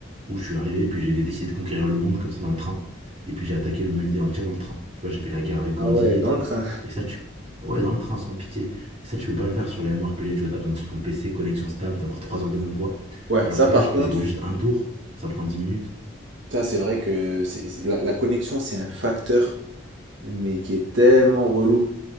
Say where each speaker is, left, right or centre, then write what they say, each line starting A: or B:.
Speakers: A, on the right (about 30°); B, on the right (about 65°).
A: où je suis arrivé, puis j'ai décidé de conquérir le monde comme ça dans le train. Et puis j'ai attaqué l'humanité entière dans le train. Tu vois, j'ai fait la guerre avec Gandhi
B: Ah ouais,
A: et
B: dans
A: tout.
B: le train.
A: Et ça, tu. Ouais, dans le train, sans pitié. Et ça, tu peux pas le faire sur les MMORPG. Tu vois, t'as besoin de sur ton PC, connexion stable, d'avoir 3 heures devant toi.
B: Ouais,
A: Alors
B: ça
A: que
B: par
A: là, je
B: contre,
A: peux jouer juste un tour. Ça prend dix minutes.
B: ça c'est vrai que c'est, c'est- la, la connexion c'est un facteur mais qui est tellement relou.